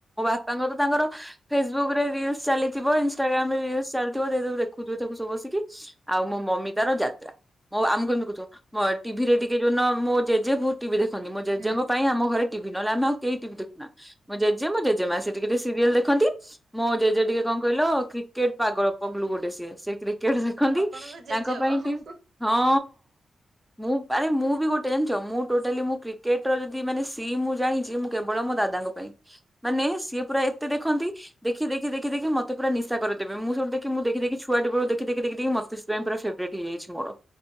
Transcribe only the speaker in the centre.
ବାପାଙ୍କ ତ ତାଙ୍କର ଫେସବୁକ ରେ ରିଲସ ଚାଲିଥିବ। ଇନଷ୍ଟାଗ୍ରାମ ରେ ରିଲସ ଚାଲିଥିବ ଦେଖୁଥିବେ ତାକୁ ସବୁ ବସିକି। ଆଉ ମୋ ମମି ତାର ଯାତ୍ରା ମ ଆମକୁ କେମିତି ଟି ଭି ରେ ଟିକେ ଯୋଉ ଦିନ ମୋ ଜେଜେ ଟି ଭି ମୋ ଜେଜେଙ୍କ
ପାଇଁ ଆମ ଘରେ ଟି ଭି ନହେଲେ ଆଉ କେହି ଟିଭି ଦେଖୁନା। ମୋ ଜେଜେ ମୋ ଜେଜେ ମା ସେଠିକେ ଟିକେ ସିରିଏଲ ଦେଖନ୍ତି। ମୋ ଜେଜେ ଟିକେ କଣ କହିଲ କ୍ରିକେଟ ପାଗଳ ପଗଲୁ ଗୋଟେ ସିଏ ସେଇଥିରେ ସେ କେଟେ ଶିଖନ୍ତି
ତାଙ୍କ ପାଇଁ
ଟିକ ହଁ। ମୁଁ ଆରେ ମୁଁ ବି ଗୋଟେ ଜଣି ମୁଁ ଟୋଟାଲି ମୁ କ୍ରିକେଟ ର ଯଦି ମାନେ ସିମ ମୁଁ ଜାଣିଛି ମୁଁ କେବଳ ମୋ ଦାଦାଙ୍କ ପାଇଁ। ମାନେ ସିଏ ପୁରା ଏତେ ଦେଖନ୍ତି ଦେଖି ଦେଖି ଦେଖି ଦେଖି ମତେ ପୁର ନିଶା କରିଦେବେ। ମୁଁ ସବଠୁ ଦେଖି ମୁଁ ଦେଖି ଦେଖି ଛୁଆଟି ବେଳ ଦେଖି ଦେଖି ଦେଖି ଦେଖି ମତେ ସେଥିପାଇଁ ପୁରା ଫେବ୍ରେଟ୍ ହେଇଯାଇଛି। ମୋର